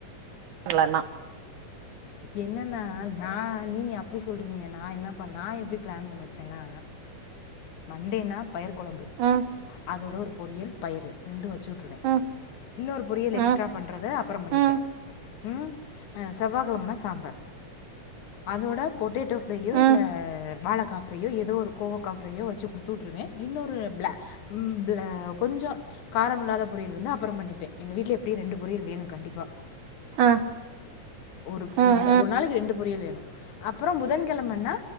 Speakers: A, on the right (about 70°); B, on the left (about 70°).
A: இல்லனா
B: என்னன்னா நா நீங்க அப்டி சொல்றீங்க நா என்ன பண்ணா நா எப்டி பிளான் பண்ணிருப்பேன்னா மண்டேன்னா பயிர் கொழம்பு
A: ம்
B: அதோட ஒரு பொறியல் பயிறு ரெண்டு வச் வச்சுட்ருவே
A: ம்
B: இன்னொரு பொரியல் எக்ஸ்ட்ரா
A: ம்
B: பண்றத அப்றோ பன்னிப்பே
A: ம்
B: ம் அ செவ்வா கெழமனா சாம்பார் அதோட பொட்டேட்டோ ப்ரையோ
A: ம்
B: இல்ல வாழக்கா ப்ரையோ ஏதோ ஒரு கோவக்கா ப்ரையோ வச்சு குடுத்துட்டுருவே இன்னொரு ப்லா ம் ப்ள கொஞ்ஜோ காரம் இல்லாத பொரியல் வந்து அப்பறோ பண்ணிப்பே எங்க வீட்ல எப்டியு ரெண்டு பொரியல் வேணு கண்டிப்பா
A: ஆஹ்
B: ஒரு
A: உம்
B: ஒரு நாளைக்கு ரெண்டு பொரி வேணு அப்றோ புதன்கெழமனா